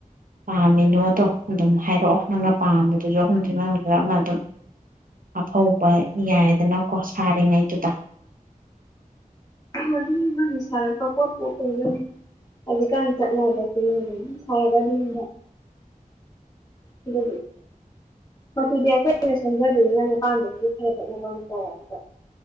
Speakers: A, on the right; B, on the left.
A: ꯄꯥꯝꯃꯤꯅꯣꯗꯣ ꯑꯗꯨꯝ ꯍꯥꯏꯔꯛꯑꯣ ꯅꯪꯅ ꯄꯥꯝꯕꯗꯨꯁꯨ ꯑꯍꯨꯝꯁꯤ ꯃꯅꯨꯡꯗ ꯑꯃ ꯑꯗꯨꯝ ꯊꯧꯕ ꯌꯥꯏꯗꯅꯀꯣ ꯁꯥꯔꯤꯉꯩꯗꯨꯗ
B: ꯎꯝ ꯎ ꯃꯥꯅ ꯁꯥꯔꯛꯄ ꯄꯣꯠꯣ ꯑꯗꯨꯝ ꯍꯧꯖꯤꯛꯀꯥꯟ ꯆꯠꯂꯕ ꯑꯗꯨꯝ ꯁꯥꯔꯒ ꯑꯗꯨꯅ ꯑꯗꯨ ꯃꯗꯤ ꯑꯩꯈꯣꯏ ꯑꯩꯅ ꯁꯦꯝꯪꯖꯗꯣꯏꯅꯤ ꯅꯅ ꯑꯄꯥꯝꯕꯒꯤꯗꯤ ꯈꯔ ꯈꯠꯅꯕ ꯑꯃ ꯇꯧꯔꯒꯗ